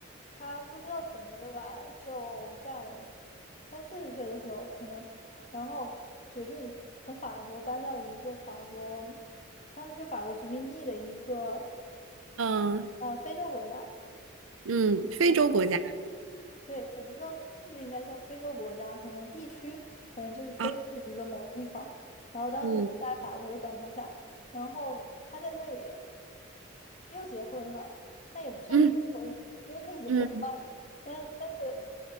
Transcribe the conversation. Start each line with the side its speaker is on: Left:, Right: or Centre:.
Left: 他不知道怎么的吧，就在三四十岁的时候可能，然后决定从法国搬到一个法国，当时是法国殖民地的一个
Right: 嗯
Left: 呃非洲国家。
Right: 嗯，非洲国家
Left: 然后。对，我不知道是不是应该叫非洲国家，可能地区，反正就是非洲的一个某个地方。
Right: 啊，
Left: 然后当时是在法国的管辖下，
Right: 嗯
Left: 然后他在那里又结婚了，但也不算结婚，
Right: 嗯
Left: 因为他已婚了。
Right: 嗯，
Left: 但但是